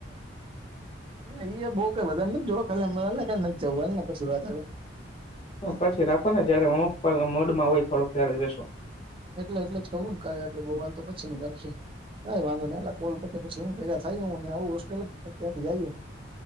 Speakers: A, on the right; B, on the left.
A: ભાઈ બઉ કઈ વધારે, જોવા ખાલીમ જ હોને પછી, વાતું
B: પછી, રાખો ને જયારે, હ મોડમાં હોય થોડોક ત્યારે જશો
A: એટલે એટલે જ કવું ને કા આપડે બોુવાલ તો પછી ન રાખી કઈ વાંધો નહી, કોલ પછી હું ભેગા થાય હ આવું હોસ્ટેલ, ત્યાંથી જઈે